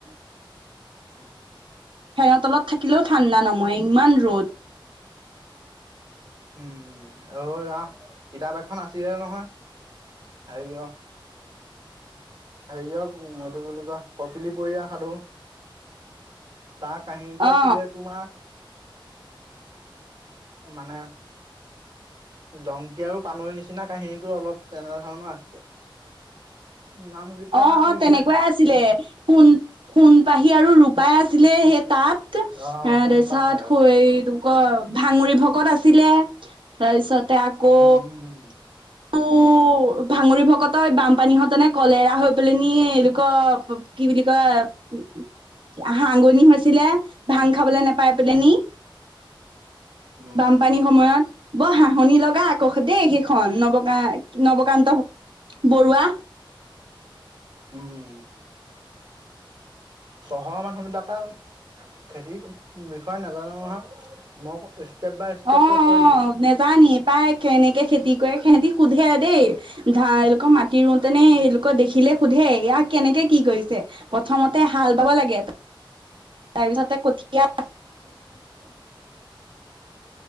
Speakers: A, on the right (about 50°); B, on the right (about 70°).
A: <inaudible>
B: ফেনৰ তলত থাকিলেও ঠাণ্ডা নময় ইমান ৰ'দ
A: উম আৰু অ কিতাপ এখন আছিলে নহয় হেৰি অ হেৰিয়ক মইটো বুলি কোৱা কপিলি পৰিয়া সাধু <unintelligible> তাৰ কাহিনীটো
B: অ
A: আছিলে তোমাৰ মানে জংকী আৰু পানৈ নিচিনা কাহিনীটো অলপ তেনেধৰণৰ আছিলে নামকেইটা
B: অ অ
A: কি
B: তেনেকুৱাই
A: কি
B: আছিলে শুণ সোণ পাহি কি আৰু ৰূপাই আছিলে সেই তাত এ
A: অ সোণ
B: তাৰপিছত
A: পাহে আৰু
B: <unintelligible> ভাঙৰি ভকত আছিলে তাৰপিছতে আকৌ
A: উম উম
B: অ ভাঙৰি ভকতই বানপানী হতেনে কলেৰা হৈ পেল নি এইলোক কি বুলি কয় হাগনি হৈছিলে ভাং খাবলৈ নেপাই পেল
A: উম
B: নি
A: উম
B: বানপানীৰ
A: উম
B: সময়ত ব হাঁহনি লগা আকৌ দেই সেইখন নৱ গ নৱকান্ত বৰুৱা
A: উম চহৰৰ মানুহ বিলাকে খেতি বি হয় নাজানো নহয় মই ষ্টেপ বাই ষ্টেপকে
B: অ
A: কৈ দিছো
B: অ নেজানি পাই কেনেকে খেতি কৰে সিহঁতি সোধে আৰু দেই ধা এলোকৰ মাটি ৰুতে এওঁলোকৰ দেখিলে সোধে ইয়াক কেনেকে কি কৰিছে প্ৰথমতে হাল বাব লাগে তাৰ পিছতে কঠীয়া